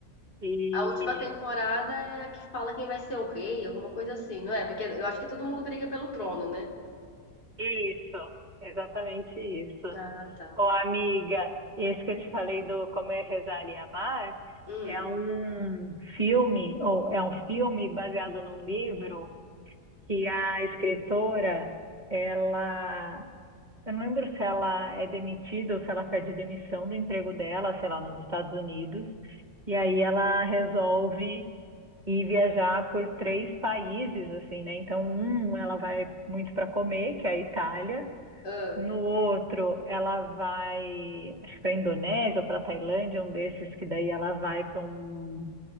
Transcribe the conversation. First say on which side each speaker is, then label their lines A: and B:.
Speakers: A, on the right; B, on the left.
A: E
B: A última temporada é a que fala quem vai ser o rei, alguma coisa assim, não é? Porque eu acho que todo mundo briga pelo trono, né?
A: isso, exatamente isso.
B: Ah, tá.
A: Ô, amiga, esse que eu te falei do Comer, Rezar e Amar
B: Hum.
A: é um filme, ou é um filme baseado num livro que a escritora, ela, eu não lembro se ela é demitida ou se ela pede demissão do emprego dela, sei lá, nos Estados Unidos, e aí ela resolve ir viajar por três países, assim, né? Então, um, ela vai muito para comer, que é a Itália.
B: Ah.
A: No outro, ela vai, acho que para Indonésia ou para Tailândia, um desses que daí ela vai para um,